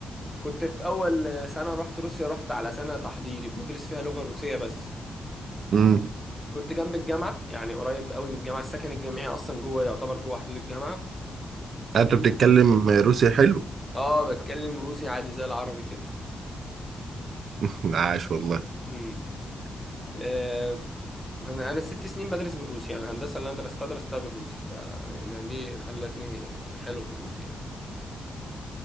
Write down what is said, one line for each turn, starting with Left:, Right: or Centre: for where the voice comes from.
Centre: كنت في اول سنه رحت روسيا رحت على سنه تحضيري بندرس فيها لغه روسيه بس
Right: امم
Centre: كنت جنب الجامعه يعني قريب قوي من الجامعه السكن الجامعي اصلا جوه يعتبر جوه حدود الجامعه
Right: انت
Centre: تنزل
Right: بتتكلم روسي حلو
Centre: اه بتكلم روسي عادي زي العربي كده
Right: <laughs> عاش والله
Centre: <laughs> آه، انا أنا ست سنين بدرس بالروسي يعني الهندسه اللي انا درستها درستها بالروسي ف يعني دي خلتني حلو في الروسي يعني